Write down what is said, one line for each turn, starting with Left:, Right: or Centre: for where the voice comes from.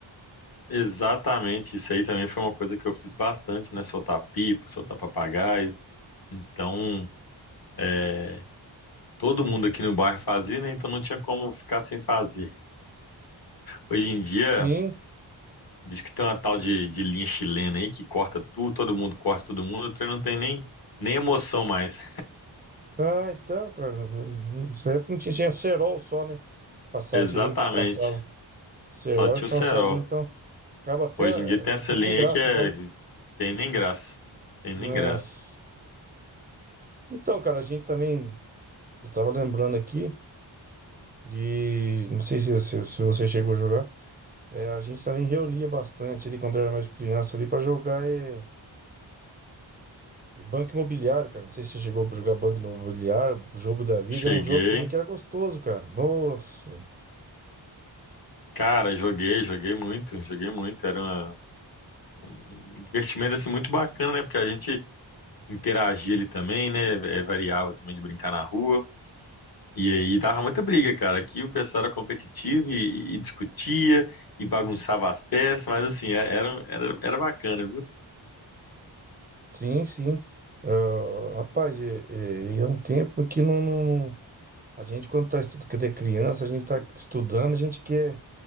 Left: Exatamente, isso aí também foi uma coisa que eu fiz bastante, né? Soltar pipa, soltar papagaio. Então, é, todo mundo aqui no bairro fazia, né? Então não tinha como ficar sem fazer. Hoje em dia,
Right: Sim.
Left: diz que tem uma tal de, de linha chilena aí que corta tudo, todo mundo corta todo mundo, o trem não tem nem, nem emoção mais.
Right: Ah, então, cara, nessa época não tinha, tinha cerol só, né? Passava,
Left: Exatamente,
Right: tinha gente que se passava. Cerol,
Left: só tinha
Right: então
Left: o cerol.
Right: essa linha, então, acaba até,
Left: Hoje em dia tem
Right: não
Left: essa
Right: tem
Left: linha
Right: nem graça,
Left: aí que é.
Right: então.
Left: Tem nem graça. Tem nem
Right: Mas...
Left: graça.
Right: Então, cara, a gente também, eu tava lembrando aqui de, não sei se, se se você chegou a jogar, É, a gente também reunia bastante ali quando era mais criança ali para jogar é, Banco Imobiliário, cara. Não sei se você chegou a jogar Banco Imobiliário, Jogo da Vida.
Left: Cheguei.
Right: É um jogo também que era gostoso, cara. Nossa,
Left: Cara, joguei, joguei muito, joguei muito. Era uma- um divertimento assim muito bacana, né? Porque a gente interagia ali também, né? É, variava também de brincar na rua. E aí dava muita briga, cara. Aqui o pessoal era competitivo e, e discutia e bagunçava as peças, mas assim, é- era, era, era bacana, viu?
Right: sim, sim. Ah, rapaz, é, é, é um tempo que não, não- não- A gente, quando tá estudando, quando é criança, a gente tá estudando, a gente quer,